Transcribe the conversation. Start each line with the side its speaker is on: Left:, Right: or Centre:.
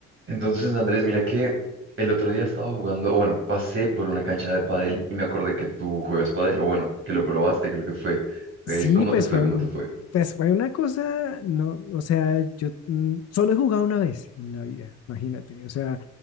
Right: Entonces, Andrés, mira que el otro día estaba jugando, o bueno, pasé por una cancha de pádel y me acordé que tú juegas pádel, o bueno, que lo probaste, creo que fue. Eh,
Left: Sí,
Right: ¿cómo
Left: pues
Right: te fue?
Left: fue
Right: ¿Cómo
Left: un,
Right: te fue?
Left: pues fue una cosa, no, o sea, yo mm, solo he jugado una vez en la vida, imagínate, o sea,